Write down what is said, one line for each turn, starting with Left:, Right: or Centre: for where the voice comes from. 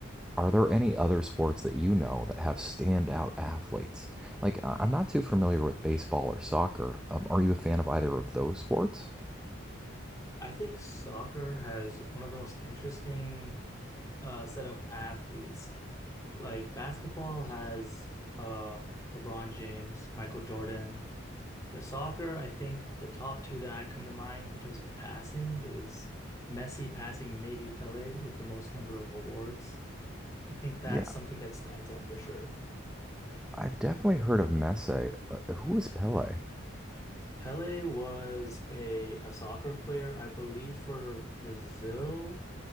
Centre: Are there any other sports that you know that have standout athletes? Like, I- I'm not too familiar with baseball or soccer. Um, are you a fan of either of those sports?
Left: I think soccer has one of the most interesting uh, set of athletes. Like basketball has uh, LeBron James, Michael Jordan. But soccer, I think the top two that I come to mind in terms of passing is Messi passing maybe Pele with the most number of awards. I think that's
Centre: Yeah,
Left: something that stands out for sure.
Centre: I've definitely heard of Messi. Uh, who is Pele?
Left: Pele was a, a soccer player, I believe, for Brazil